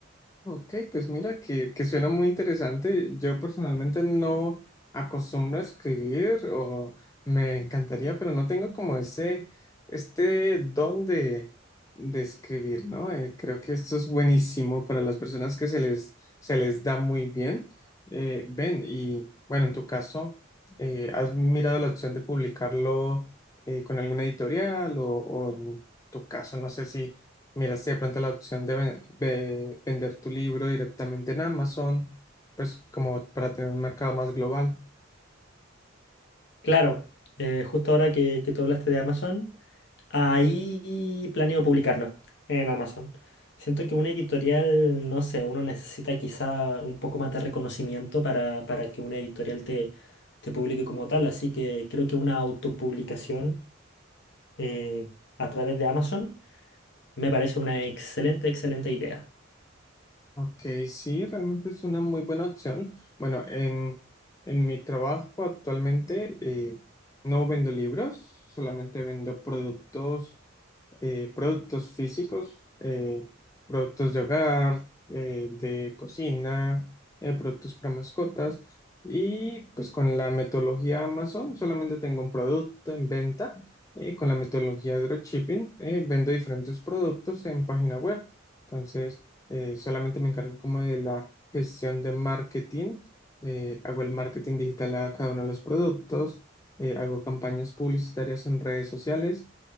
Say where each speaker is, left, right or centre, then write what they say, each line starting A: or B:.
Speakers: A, on the left (about 15°); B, on the left (about 60°).
A: Ok, pues mira que, que suena muy interesante. Yo personalmente no acostumbro a escribir o me encantaría, pero no tengo como ese, este don de, de escribir, ¿no? Eh, creo que esto es buenísimo para las personas que se les, se les da muy bien. Eh, ven, y bueno, en tu caso, eh, ¿has mirado la opción de publicarlo eh, con alguna editorial o, o en tu caso, no sé si Mira, si de pronto la opción de, ve- ve- vender tu libro directamente en Amazon, pues como para tener un mercado más global.
B: Claro, eh, justo ahora que, que tú hablaste de Amazon, ahí planeo publicarlo en Amazon. Siento que una editorial, no sé, uno necesita quizá un poco más de reconocimiento para, para que una editorial te, te publique como tal, así que creo que una autopublicación eh, a través de Amazon me parece una excelente, excelente idea.
A: Ok, sí, realmente es una muy buena opción. Bueno, en, en mi trabajo actualmente eh, no vendo libros, solamente vendo productos. eh, productos físicos, eh, productos de hogar, eh, de cocina, eh, productos para mascotas. Y pues con la metodología Amazon solamente tengo un producto en venta. eh, con la metodología dropshipping eh, vendo diferentes productos en página web. Entonces eh, solamente me encargo como de la gestión de marketing. eh, hago el marketing digital a cada uno de los productos. eh, hago campañas publicitarias en redes sociales